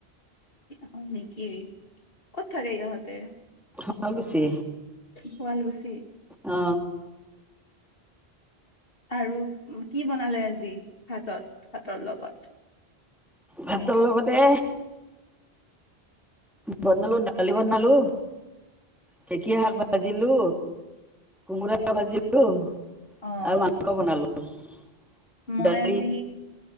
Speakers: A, on the left; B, in the centre.
A: হয় নেকি! ক'ত থাকে ইহঁতে?
B: শুৱালকুছি।
A: শুৱালকুছি!
B: অ
A: আৰু কি বনালে আজি ভাতত ভাতৰ লগত?
B: ভাতৰ লগতে বনালো দালি বনালো, ঢেকীয়া শাক ভাজিলো, কোমোৰা ভাজিলো
A: অ',
B: আৰু মাংস বনালো। <unintelligible>
A: মই
B: দালি
A: আজি